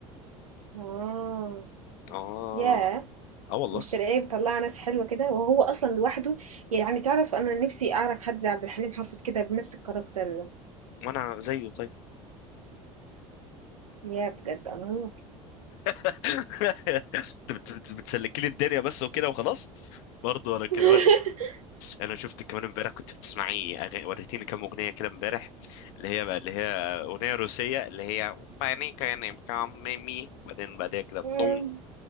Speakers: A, on the right (about 80°); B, on the left (about 60°).
A: اه
B: اه
A: ياه
B: اه والله
A: والشرقية مطلعة ناس حلوة كده وهو اصلا لوحده يعني تعرف انا نفسي اعرف حد زي عبد الحليم حافظ كده بنفس الكاركتر ده
B: وانا زيه طيب
A: يا بجد امور
B: <laughs> بت- بت- بتسلكي لي الدنيا بس وكده وخلاص برضه انا كده
A: <laughs>
B: انا شفتك كمان امبارح كنت بتسمعي أغاني وريتيني كام اغنيه كده امبارح اللي هي بقى اللي هي اغنيه روسيه اللي هي باني كان كاميمي بعدين بعدها كده
A: مم.
B: طون